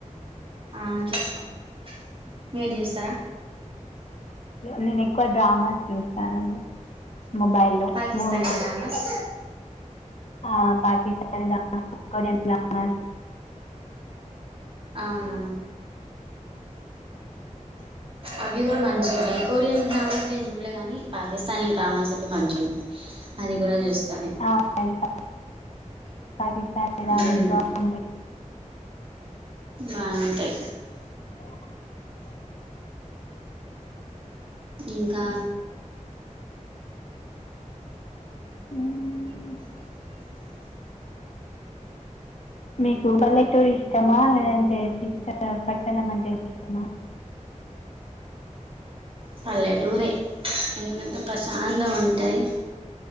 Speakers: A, on the right; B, on the left.
A: ఆ చూస్తాం మీర్ చూస్తరా
B: నేను ఎక్కువ డ్రామాస్ చూస్తానండి మొబైల్లో
A: పాకిస్తానీ
B: మూవీస్ ఎ
A: డ్రామాస్
B: ఆ పాకిస్తాన్ ఇన్ దా వాస్కోడిన్ గామాస్
A: అవునా అవి కూడా మంచి ఉంటాయి కోరియన్ డ్రామాస్ నేను చూడలే కానీ పాకిస్తానే డ్రామాస్ మంచు అది కూడా చూస్తా నే
B: అవునండి పా- పాకిస్తానీ డ్రామాస్
A: హ్మ్
B: బాగుంటాయి
A: బావుంటాయి
B: <inaudible>
A: ఇంకా
B: హా...... మీకు పల్లెటూరు ఇష్టమా లేదంటే సిత్త పట్టణం అంటే ఇష్టమా
A: పల్లెటూరే ఎందుకంటే ప్రశాంతంగా ఉంటది